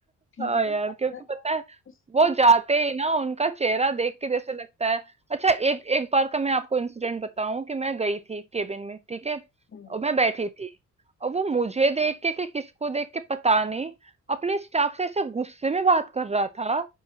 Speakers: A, on the left (about 40°); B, on the right (about 20°).
A: ठीक
B: हाँ
A: है
B: यार
A: ना अगर
B: क्योंकि पता
A: आप
B: है
A: उससे
B: वो जाते ही ना उनका चेहरा देख के जैसे लगता है अच्छा एक एक बार का मैं आपको इंसिडेंट बताऊं कि मैं गई थी केबिन में ठीक है
A: हम्म,
B: और मैं बैठी थी और वो मुझे देख के कि किसको देख के पता नहीं अपने स्टाफ से ऐसे गुस्से में बात कर रहा था